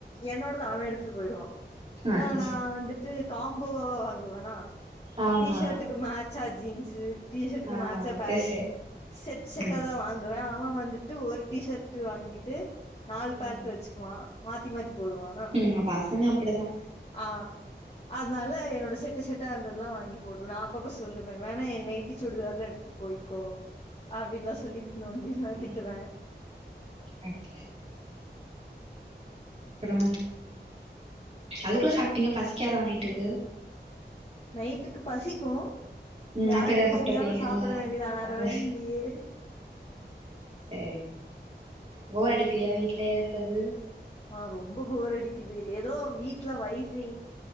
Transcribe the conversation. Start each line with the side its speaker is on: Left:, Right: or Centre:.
Left: என்னோடத அவ எடுத்துட்டு போயிருவா
Right: அது
Left: அ நா
Right: சரி
Left: வந்து டு காம்போவா வாங்குவனா
Right: ஆமா
Left: டீ ஷர்ட்டுக்கு மேட்சா ஜீன்ஸு டீஷர்ட்க்கு
Right: ஆ
Left: மேட்சா
Right: அது
Left: பேகி
Right: சரி
Left: செட் செட்டாதா
Right: ம்
Left: வாங் வ அவ வந்துட்டு ஒரு டிஷர்ட்ட் வாங்கிட்டு நாலு பேண்ட்
Right: ம்
Left: வச்சு வா மாத்தி மாத்தி போடுவா
Right: ம் பசங்க அப்டிதா
Left: ஆ அதனால என்னோட செட்டு செட்ட அந்ததுல்லா வாங்கி போடு நா அப்பப்ப சொல்லுவ வேணா என் நைட்டி சுடிதார்லா எடுத்துப் போய்கோ அப்டின்னுலா சொல்லி நோண்டி
Right: ம்
Left: திட்டுவ
Right: ஓகே அப்பறம் அதுக்குள்ள சாப்ட்டீங்க பசிக்காதா நைட்டுக்கு
Left: நைட்டுக்கு பசிக்கு
Right: ம்
Left: யாருக்கு
Right: அப்ப ஏதாவது
Left: தெரியாம
Right: சாப்ட்டுப்பீங்கல்ல
Left: சாப்ட வேண்டியதா வேற
Right: அது
Left: வழி இல்லயே
Right: அது சரி போர் அடிக்கலயா வீட்ல இருக்கது
Left: ஆ ரொம்ப போர் அடிக்குது ஏதோ வீட்ல வயசாயி